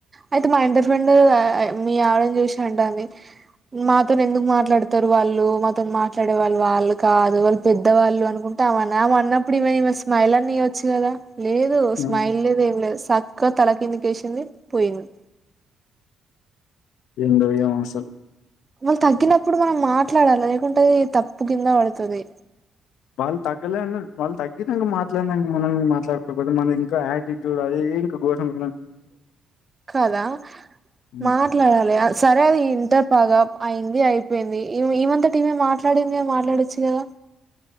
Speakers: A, on the right; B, on the left.
A: అయితే మా ఇంటర్ ఫ్రెండ్ మీ ఆవిడను చూసి అంటాంది మాతోని ఎందుకు మాట్లాడుతారు వాళ్ళు మాతోని మాట్లాడే వాళ్ళు వాళ్ళు కాదు వాళ్ళు పె ద్దవాళ్ళు అనుకుంటే అమన్నా అన్నప్పుడు ఈమే ఈమె స్మైల్ అన్న ఇయ్యొచ్చు కదా లేదు
B: హ్మ్.
A: స్మైల్ లేదు ఏం లేదు స క్క తల కిందికేసింది పోయింది
B: ఎందో ఏమో అసల్
A: మనం తగ్గినప్పుడు మనం మాట్లాడాలి లేకుంటే అది తప్పు కింద పడుతది
B: వాళ్ళు తగ్గలే వాళ్ళు తగ్గినంక మాట్లాడినంక మనం మాట్లాడుకోకుడదు మనం ఇంకా యాటిట్యూడ్ అది ది ఇంకా గోరం
A: కదా
B: హ్మ్.
A: మాట్లాడాలే సరే అది ఇంత పగా అయింది అయిపోయింది ఈ ఈమంతటిమే మాట్లాడిందిగ మాట్లాడొచ్చు కదా